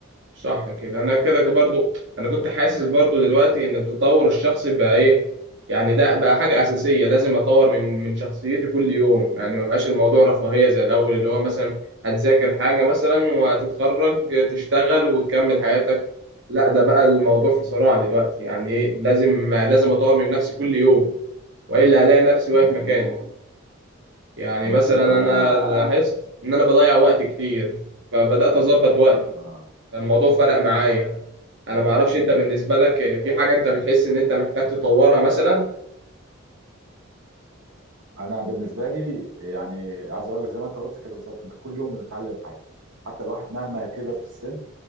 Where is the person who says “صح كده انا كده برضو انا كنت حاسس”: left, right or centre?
Right